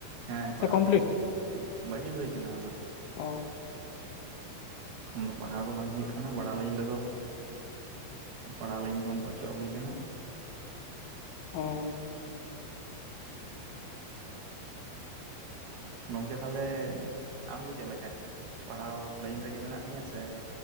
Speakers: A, on the right (about 70°); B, on the left (about 75°).
A: ᱦᱮᱸ ᱯᱟᱲᱦᱟᱣ
B: ᱥᱮ ᱠᱚᱢᱯᱞᱤᱴ
A: ᱠᱚᱫᱚ ᱵᱟᱹᱜᱤ ᱦᱩᱭ ᱵᱟᱹᱜᱤ ᱦᱩᱭ ᱠᱟᱱᱟ ᱟᱫᱚ᱾
B: ᱚ
A: ᱮᱠᱷᱚᱱ ᱫᱚ ᱯᱟᱲᱦᱟᱣ ᱫᱚ ᱵᱟᱝ ᱦᱩᱭᱩᱜ ᱠᱟᱱᱟ ᱵᱟᱲᱟ ᱞᱟᱭᱤᱱ ᱨᱮᱫᱚ ᱯᱟᱲᱦᱟᱣ ᱞᱟᱭᱤᱱ ᱠᱷᱚᱱ ᱫᱚ ᱚᱪᱚᱜ ᱦᱳᱭ ᱠᱟᱱᱟ
B: ᱚᱻ
A: ᱜᱚᱝᱠᱮ ᱛᱟᱦᱞᱮ ᱟᱢ ᱫᱚ ᱪᱮᱫ ᱞᱮᱠᱟ ᱯᱟᱲᱦᱟᱣ ᱞᱟᱭᱤᱱ ᱨᱮ ᱜᱮ ᱢᱮᱱᱟᱜ ᱢᱮᱭᱟ ᱥᱮ